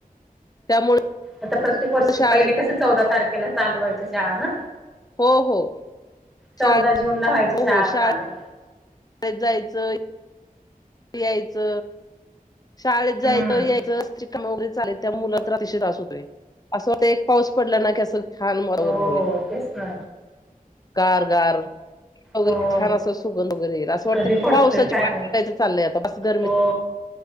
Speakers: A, on the left; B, in the centre.
A: त्यामुळे
B: आता प्रत्येक वर्षी
A: शाळेत
B: पहिले कसे चौदा तारखेला चालू व्हायच्या शाळा ना
A: हो हो
B: चौदा
A: शाळे
B: जून ला व्हायचं
A: हो
B: शाळ
A: हो शाळेत
B: चालू.
A: जायचं. यायचं शाळेत जायचं
B: हम्म.
A: यायचं अस वरे चाले त्या मुलाशतो अस एक पाऊस पडला ना असं छान मारवर
B: हो
A: होईल,
B: तेच ना.
A: कारगार वगैरे
B: हो.
A: छान असं सुगन वगैरे येईल असं वाटत
B: कधी पडतोय
A: पावसाची
B: काय
A: पारायचं
B: माहित?
A: चाललंय आता ब गरमी
B: हो.